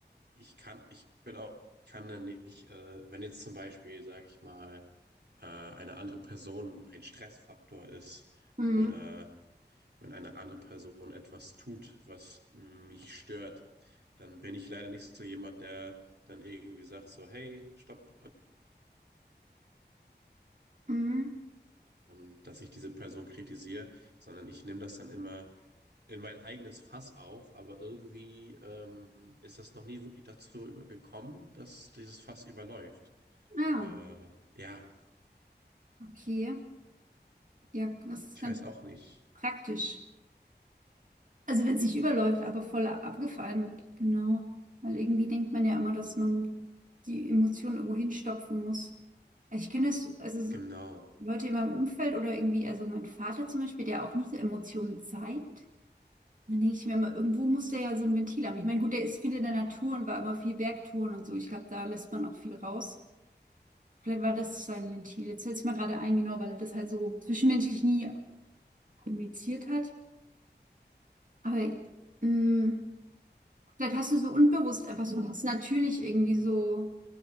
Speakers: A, on the right; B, on the right.
A: ich kann, ich bin auch, ich kann dann nicht, äh, wenn jetzt zum Beispiel, sage ich mal, äh, eine andere Person ein Stressfaktor ist
B: Mhm.
A: oder wenn eine andere Person etwas tut, was mich stört, dann bin ich leider nicht so jemand, der dann irgendwie sagt so, hey, stopp,
B: Mhm.
A: ähm, dass ich diese Person kritisiere, sondern ich nehme das dann immer in mein eigenes Fass auf, aber irgendwie ähm, ist das noch nie wirklich dazu über- gekommen, dass dieses Fass überläuft.
B: Ja,
A: Äh, ja,
B: okay. Ja, das ist
A: ich
B: dann
A: weiß auch nicht.
B: praktisch. Also wenn es nicht überläuft, aber voll abgefallen, genau. Weil irgendwie denkt man ja immer, dass man die Emotionen irgendwo hinstopfen muss. Also ich kenne das, also
A: Genau.
B: so Leute in meinem Umfeld oder irgendwie, also mein Vater zum Beispiel, der auch nicht so Emotionen zeigt. Dann denke ich mir immer, irgendwo muss der ja so ein Ventil haben. Ich meine, gut, der ist viel in der Natur und war immer viel Bergtouren und so. Ich glaube, da lässt man auch viel raus. Vielleicht war das sein Ventil. Jetzt fällt es mir gerade ein, genau, weil er das halt so zwischenmenschlich nie kommuniziert hat. Aber mh, Vielleicht hast du so unbewusst einfach so ganz natürlich irgendwie so